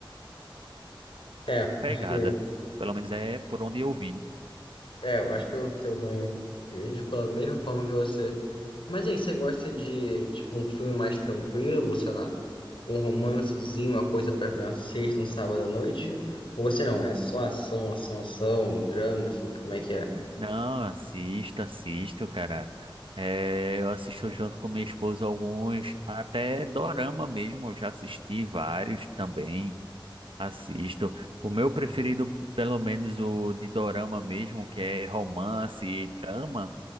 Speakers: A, on the left (about 75°); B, on the right (about 75°).
A: É,
B: pegada.
A: acho que.
B: Pelo menos é por onde eu vi.
A: É, eu acho que eu, que eu também vejo pela mesma forma que você. Mas e aí, você gosta de, tipo, um filme mais tranquilo, sei lá, um romancezinho, uma coisa pra ver uma sexta, um sábado à noite? Ou você não, é só ação, ação, ação, um drama, assim, como é que é?
B: Não, assisto, assisto, cara. É, eu assisto junto com minha esposa alguns, até dorama mesmo, eu já assisti vários também. Assisto. O meu preferido, pelo menos o de dorama mesmo, que é romance e drama,